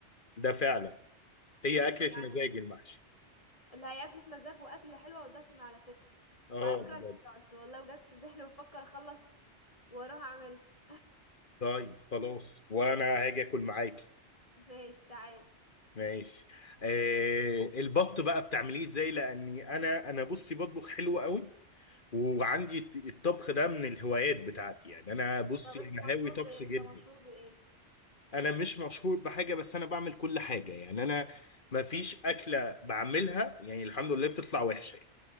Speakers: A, on the left; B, on the left.
A: ده فعلا هي أكلة
B: يعني
A: مزاج المحشي
B: اللي هي أكلة مزاج وأكلة حلوة ودسمة على فكرة
A: آه
B: وعلى فكرة
A: بجد
B: أنا جعت والله وجت في بالي وأفكر أخلص وأروح أعملها
A: طيب خلاص وأنا هاجي آكل معاكي
B: <laughs> ماشي تعال
A: ماشي آه البط بقى بتعمليه إزاي؟ لأني أنا أنا بصي بطبخ حلو قوي وعندي الطبخ ده من الهوايات بتاعتي يعني أنا بصي
B: طب أنت
A: أنا
B: مشهور
A: هاوي طبخ
B: بإيه
A: جدا
B: أنت مشهور بإيه
A: انا مش مشهور بحاجه بس انا بعمل كل حاجه يعني انا ما فيش اكله بعملها يعني الحمد لله بتطلع وحشه يعني.